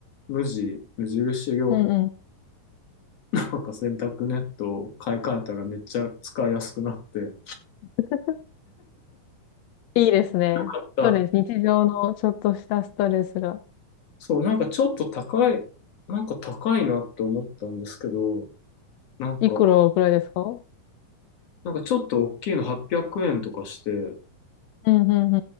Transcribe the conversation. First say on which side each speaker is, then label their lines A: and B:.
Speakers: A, on the left (about 50°); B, on the left (about 75°).
A: 無地、無印良品、
B: うんうん。
A: なんか洗濯ネットを買い替えたらめっちゃ使いやすくなって、買
B: <laughs> いいですね。
A: った
B: ストレス、日常のちょっとしたストレスが。
A: そう、なんかちょっと高い、なんか高いなって思ったんですけど、なんか、
B: いくらぐらいですか
A: なんかちょっと大きいの800円とかして、
B: うん、うん、